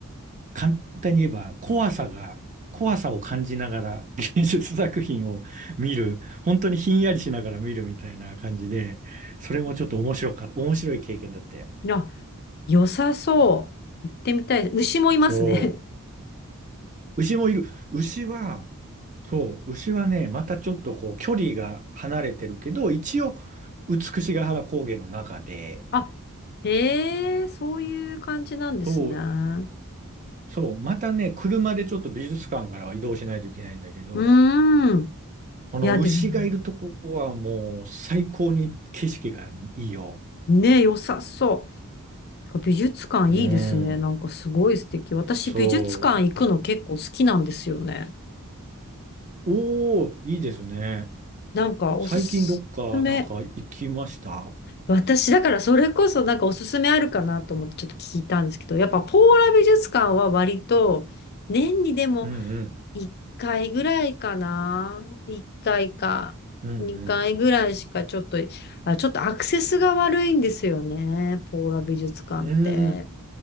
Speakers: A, on the right; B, on the left.
A: 簡単に言えば怖さが、怖さを感じながら芸術 <laughs> 作品を見る、本当にひんやりしながら見るみたいな感じで、それもちょっと面白かった、面白い経験だったよ。
B: いや、良さそう。行ってみたい。牛もいますね。
A: そう。牛もいる。牛は、そう、牛はね、またちょっとこう距離が離れてるけど、一応、美しが原高原の中で、
B: <laughs> あ、へえ、そういう感じなんですね。
A: そう、
B: う
A: そう、またね、車でちょっと美術館からは移動しないといけないんだけど、
B: ーん。
A: この牛がいるとこはもう最高に景色がいいよ。
B: いや、でも、ね、良さそう。美術館いいですね。
A: うん。
B: なんかすごい素敵。私美術館行くの結構好きなんですよね。
A: そう。おー、いいですね。
B: なんかおすすめ。
A: 最近どっかなんか行きました
B: 私だからそれこそなんかおすすめあるかなと思ってちょっと聞いたんですけど、やっぱポーラ美術館は割と年にでも
A: うんうん。
B: 1回ぐらいかな。1回か2回ぐらいしかちょっと、
A: うん
B: あ、ちょっとアクセスが悪いんですよね。ポーラ美術館って。
A: うん。うーん。